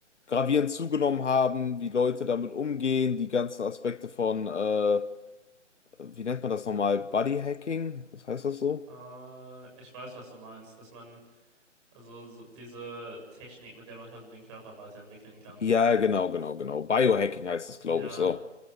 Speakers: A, on the left; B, on the right.
A: gravierend zugenommen haben, wie Leute damit umgehen, die ganzen Aspekte von, äh, wie nennt man das nochmal? Bodyhacking? Was heißt das so?
B: Äh, ich weiß, was du meinst, dass man, also so diese Technik, mit der man quasi den Körper weiterentwickeln kann.
A: Ja, genau, genau, genau. Biohacking heißt das,
B: Ja,
A: glaube ich, so.